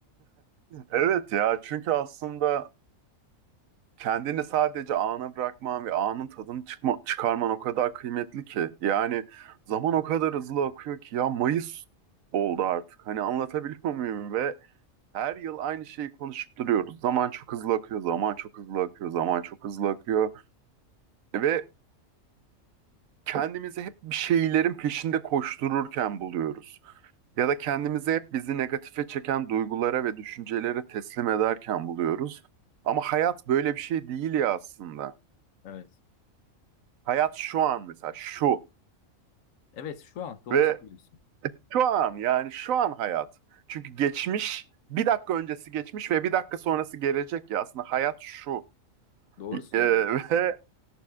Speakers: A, on the right; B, on the left.
A: Evet ya çünkü aslında kendini sadece ana bırakman ve anın tadını çıkma, çıkarman o kadar kıymetli ki. Yani zaman o kadar hızlı akıyor ki ya Mayıs oldu artık. Hani anlatabiliyor muyum? Ve her yıl aynı şeyi konuşup duruyoruz. Zaman çok hızlı akıyor, zaman çok hızlı akıyor, zaman çok hızlı akıyor. Ve kendimizi hep bir şeylerin peşinde koştururken buluyoruz. Ya da kendimizi hep bizi negatife çeken duygulara ve düşüncelere teslim ederken buluyoruz. Ama hayat böyle bir şey değil ya aslında.
B: Evet.
A: Hayat şu an mesela şu
B: Evet şu an doğru
A: ve
B: söylüyorsun.
A: şu an yani şu an hayat. Çünkü geçmiş bir dakika öncesi geçmiş ve bir dakika sonrası gelecek ya aslında hayat şu.
B: Doğru söylüyorsun.
A: Ee, ve